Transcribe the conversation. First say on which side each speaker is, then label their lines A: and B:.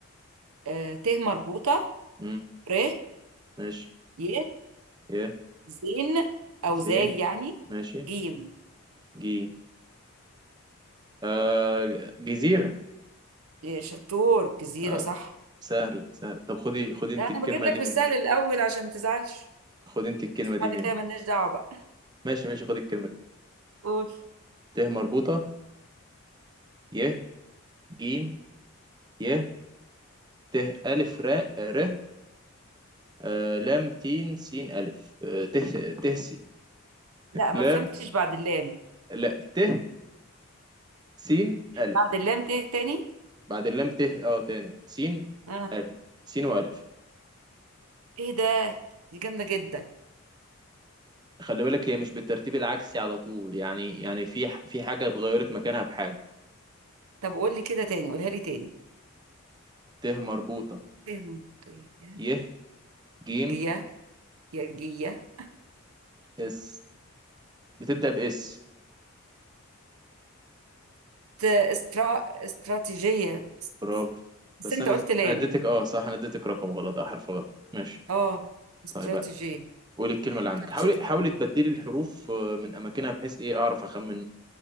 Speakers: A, on the right; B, on the right.
A: آه، ت مربوطة
B: امم
A: ر
B: ماشي
A: ي
B: يا
A: زين أو زي
B: زين
A: يعني
B: ماشي
A: جيم
B: جي آه جزيرة
A: إيه، شطور جزيرة
B: آه
A: صح
B: سهل سهل طب خدي خدي انت
A: لا، أنا
B: الكلمة
A: بجيب لك
B: دي
A: بالسهل
B: من
A: الأول عشان ما تزعلش
B: خدي انت الكلمة
A: بس
B: دي
A: بعد
B: من
A: كده ملناش دعوة بقى
B: ماشي ماشي خدي الكلمة دي
A: قول
B: ت مربوطة ي جيم ي ت ألف راء ر آه لام تين سين ألف آه ت ت س-
A: لا
B: لام
A: ما فهمتش بعد اللام
B: لا ت سين ألف
A: بعد اللام ت تاني
B: بعد اللام ت اه تاني سين
A: آه.
B: ألف سين وألف
A: ايه ده دي جامده جدا
B: خلي بالك هي مش بالترتيب العكسي على طول يعني يعني في ح- في حاجة اتغيرت مكانها بحاجة
A: طب قول لي كده تاني قولها لي تاني
B: ت مربوطة
A: ايه منطقية
B: ي جيم
A: جية يا جية
B: اس بتبدأ بإس
A: ت- استرا... استراتيجية است-
B: برافو
A: بس
B: بس
A: انت
B: أنا
A: قلت
B: أنا
A: لام
B: اديتك أه صح أنا اديتك رقم غلط أه حرف غلط ماشي
A: اه استراتيجية
B: طيب بقى قولي الكلمة اللي عندك
A: طب
B: حاولي
A: شوف
B: حاولي تبدلي الحروف آه، من أماكنها بحيث إيه أعرف أخمن